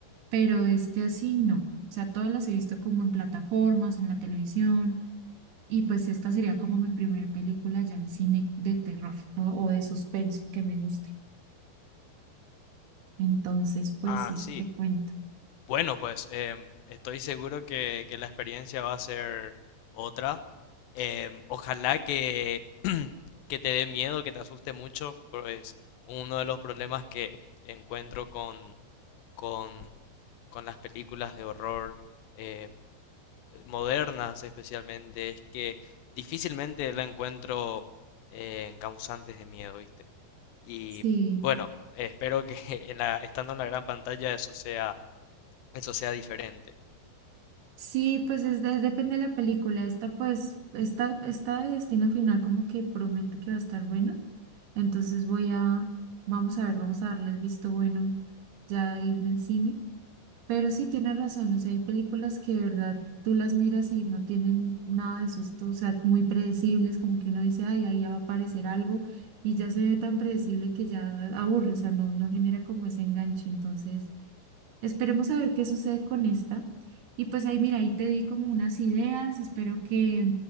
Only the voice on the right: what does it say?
pero de este así no. O sea, todas las he visto como en plataformas, en la televisión, y pues esta sería como mi primera película ya en cine de terror o, o de suspenso que me guste. Entonces, pues
sí, eso
te cuento.
Sí.
Sí, pues es de- depende de la película. Esta, pues, esta, esta de Destino Final como que promete que va a estar buena. Entonces voy a, vamos a ver, vamos a darle el visto bueno ya ahí en el cine. Pero sí tienes razón, o sea, hay películas que de verdad tú las miras y no tienen nada de susto, o sea, muy predecibles, como que uno dice, ay, ahí ya va a aparecer algo y ya se ve tan predecible que ya aburre, o sea, no, no genera como ese enganche. Entonces... Esperemos a ver qué sucede con esta. Y pues ahí, mira, ahí te di como unas ideas. Espero que